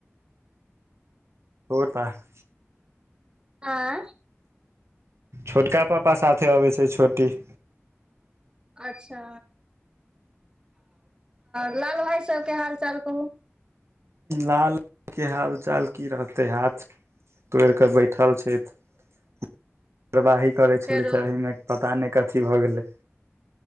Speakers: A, on the right; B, on the right.
A: <unintelligible>
B: आँय?
A: छोटका पापा साथे अबै छैय छोटी।
B: अच्छा लाल भाइ सबके हाल चाल कहू।
A: लाल के हाल चाल की रहते हाथ तोड़ि कऽ बैठल छथि। काररवाही करै
B: फेरो
A: छलै तऽ एहिमे पता नहि कथी भऽ गेलै।